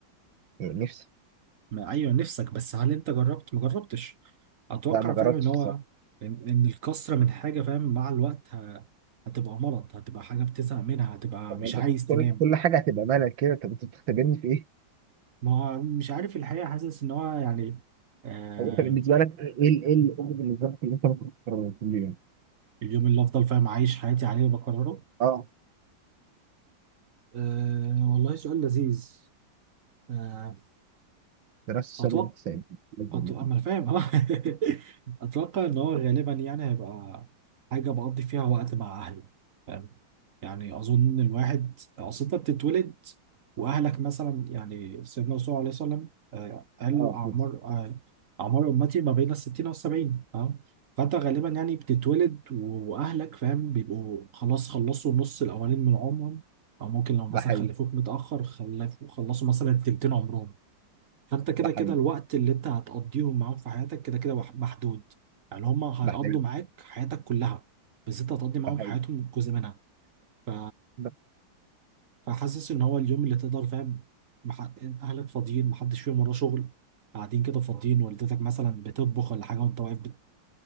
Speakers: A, on the right; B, on the right.
A: يعني نفسي
B: ما ايوه نفسك بس هل انت جربت ما جربتش اتوقع
A: لا ما جربتش
B: فاهم ان هو ان إن الكسره من حاجه فاهم مع الوقت ه- هتبقى مرض هتبقى حاجه بتزهق منها هتبقى
A: طب
B: مش
A: ما انت
B: عايز تنام
A: كل كل حاجه هتبقى مالك كده طب انت بتختبرني في ايه؟
B: ما هو مش عارف الحقيقه حاسس ان هو يعني آه
A: طب انت بالنسبه لك ايه ال- ايه الامر بالنسبه لك اللي انت ممكن تكرره كل يوم؟
B: اليوم اللي افضل فاهم عايش حياتي عليه وبكرره
A: اه
B: آه والله سؤال لذيذ آه،
A: دراسه الشر
B: أتوقع
A: والحساب باذن
B: أتوقع
A: الله
B: ما أنا فاهم أه <laughs> أتوقع إن هو غالبا يعني هيبقى حاجة بقضي فيها وقت مع أهلي فاهم يعني أظن إن الواحد أصل أنت بتتولد وأهلك مثلا يعني سيدنا الرسول عليه الصلاة والسلام آه، قال
A: اه
B: أعمار
A: بس.
B: آه، أعمار أمتي ما بين الستين والسبعين فاهم فأنت غالبا يعني بتتولد وأهلك فاهم بيبقوا خلاص خلصوا النص الأولين من عمرهم أو ممكن لو مثلا
A: ده حقيقي
B: خلفوك متأخر خلفوا خلصوا مثلا تلتين عمرهم فانت كده
A: ده حقيقي
B: كده الوقت اللي انت هتقضيهم معاهم في حياتك كده كده وح- محدود يعني هم هيقضوا
A: ده حقيقي
B: معاك حياتك كلها بس انت هتقضي معاهم
A: ده حقيقي
B: حياتهم جزء منها ف...
A: ده-
B: فحاسس ان هو اليوم اللي تقدر فاهم مح... اهلك فاضيين محدش فيهم وراه شغل قاعدين كده فاضيين والدتك مثلا بتطبخ ولا حاجه وانت واقف بت...